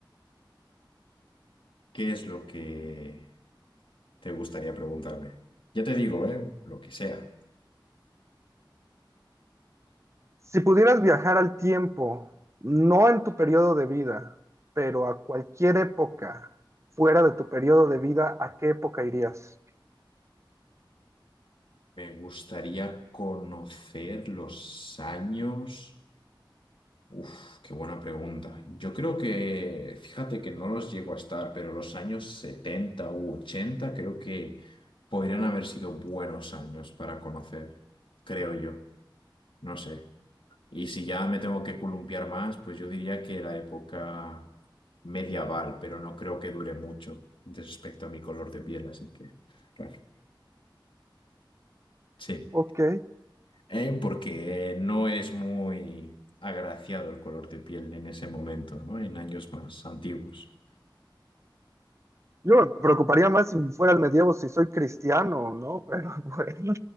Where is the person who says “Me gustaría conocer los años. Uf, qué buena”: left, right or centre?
Left